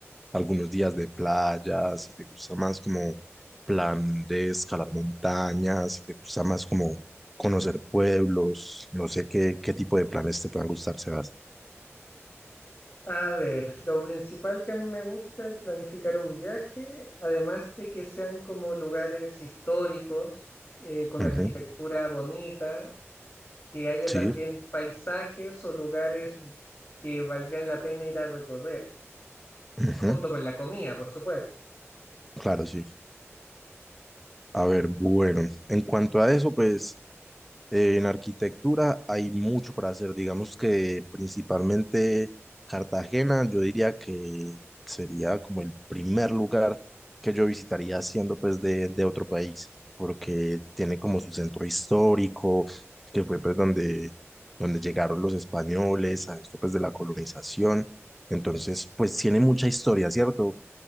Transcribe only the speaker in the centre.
algunos días de playa, si te gusta más como plan de escalar montañas, si te gusta más como conocer pueblos, no sé qué, qué tipo de planes te puedan gustar, Sebas.
Ujú.
Sí,
Ujú.
Claro, sí. A ver, bueno, en cuanto a eso, pues eh, en arquitectura hay mucho para hacer. Digamos que principalmente Cartagena, yo diría que sería como el primer lugar que yo visitaría siendo pues de, de otro país, porque tiene como su centro histórico, que fue pues donde, donde llegaron los españoles a esto pues de la colonización. Entonces, pues tiene mucha historia, ¿cierto?